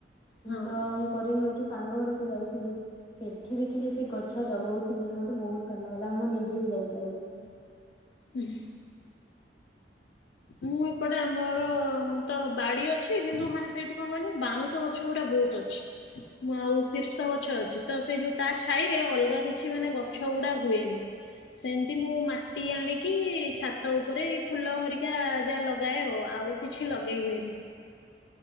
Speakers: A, on the left; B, on the left.
A: ହଁ
B: ତ ମୁଁ କରିନି ଏ ସାଙ୍ଗ ଘରକୁ ଯାଇଥିଲି ସେଠି ଦେଖିଲି ସେ ଗଛ ଲଗଉଥିଲି ମୋତେ ବହୁତ୍ ଭଲ୍ ଲାଗିଲା ମୁଁ ନିଜେ ବି ଯାଇକି ଲଗେଇଲି।
A: ହୁଁ।
B: <inaudible>
A: ମୁଁ ଏପଟେ ଆମର ତ ବାଡି ଅଛି କିନ୍ତୁ ମାନେ ସେଇଠି କଣ କହିଲୁ ବାଉଁଶ ଗଛ ଗୁଡା ବହୁତ ତଛି। ମୁଁ ଆଉ ଶୀର୍ଷ ଗଛ ଅଛି ତ ସେଇ ଯୋଉ ତା ଛାଇରେ ଅଲଗା କିଛି ମାନେ ଗଛ ଗୁଡା ହୁଏନି। ସେମିତି ମୁଁ ମାଟି ଆଣିକି ଛାତ ଉପରେ ଫୁଲ ହରିକା ଯାହା ଲଗାଏ ଆଉ କିଛି ଲଗେଇ ହୁଏନି।